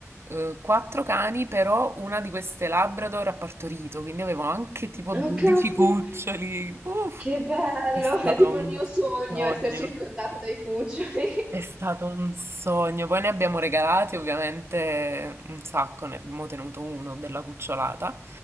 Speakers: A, on the right; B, in the centre.
A: eh, quattro cani, però una di queste Labrador ha partorito, quindi avevo anche tipo
B: Oh,
A: 12
B: caspita,
A: cuccioli, uff,
B: che bello!
A: è stato
B: È tipo
A: un
B: il mio sogno
A: sogno.
B: essere circondata dai cuccioli.
A: È stato un sogno. Poi ne abbiamo regalati ovviamente un sacco, ne abbiamo tenuto uno della cucciolata.